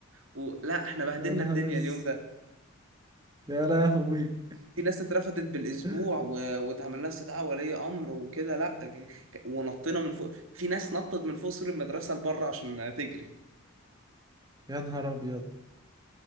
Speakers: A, on the right; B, on the right.
A: ولا احنا بهدلنا
B: يا نهار
A: الدنيا
B: اسود
A: اليوم ده
B: يا لهوي
A: في ناس اترفضت بالاسبوع
B: <laughs>
A: و... واتعمل لها استدعاء ولي امر وكده لا ك- ك- ونطينا من فوق في ناس نطت من فوق سور المدرسه لبره عشان تجري
B: يا نهار ابيض